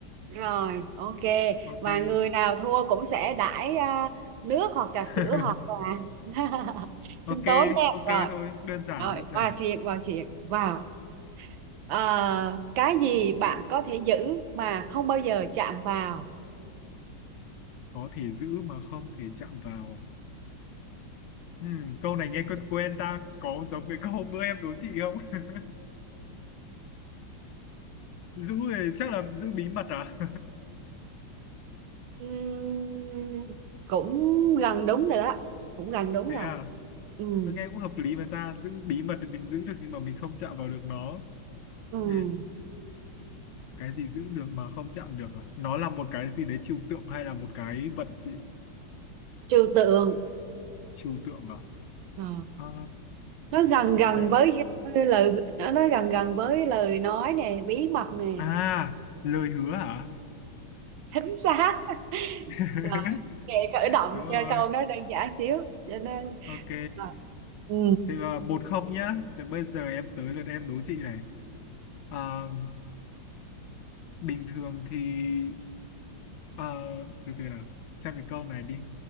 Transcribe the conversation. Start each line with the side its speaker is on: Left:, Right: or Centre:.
Right: rồi ok
Left: Ok.
Right: và người nào thua cũng sẽ đãi à, nước hoặc trà sữa
Left: <laughs>
Right: hoặc là <laughs>
Left: Ok,
Right: sinh tố nha
Left: ok
Right: rồi
Left: thôi, đơn giản,
Right: rồi
Left: đơn giản.
Right: qua chuyện vào chuyện vào à, cái gì bạn có thể giữ mà không bao giờ chạm vào
Left: Có thể giữ mà không thể chạm vào. Ừm, câu này nghe quen quen ta, có giống với các hôm bữa em đố chị không? <laughs> Giữ thì chắc là giữ bí mật à?
Right: Ừm, cũng gần đúng rồi đó cũng gần
Left: <laughs>
Right: đúng
Left: Thế
Right: rồi
Left: à,
Right: Ừm,
Left: nó nghe cũng hợp lý mà ta, giữ bí mật thì mình giữ được nhưng mà mình không chạm vào được nó.
Right: ừm,
Left: Ừ. cái gì giữ được mà không chạm được à nó là một cái gì đấy trừu tượng hay là một cái vật chị
Right: trừu tượng
Left: trừu tượng à
Right: Ờ.
Left: Ờ,
Right: nó gần gần
Left: gì ta
Right: với lời nó, nó gần gần với lời nói nè bí mật nè
Left: à lời hứa hả
Right: chính xác
Left: <laughs>
Right: rồi kệ khởi động
Left: đúng rồi
Right: cho câu nó đơn giản xíu cho nên
Left: ok
Right: là ừ,
Left: thế là một không nhá thế bây giờ em tới lượt em đố chị này Ờ, bình thường thì ờ, từ từ nào xem cái câu này đi